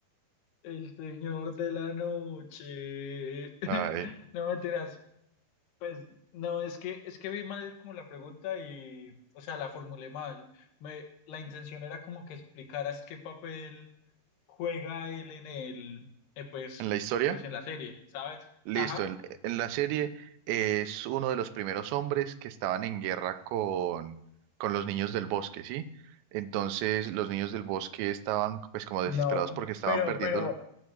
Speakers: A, on the left; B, on the right.
A: El señor de la noche. <laughs>
B: Ay,
A: No mentiras. Pues no, es que es que vi mal como la pregunta y, o sea, la formulé mal. Me, la intención era como que explicaras qué papel juega él en el, eh, pues,
B: en la historia.
A: pues en la serie, ¿sabes?
B: Listo,
A: Ajá.
B: en, en la serie es uno de los primeros hombres que estaban en guerra con, con los niños del bosque, ¿sí? Entonces los niños del bosque estaban pues como desesperados
A: No,
B: porque estaban
A: pero,
B: perdiendo
A: pero
B: la-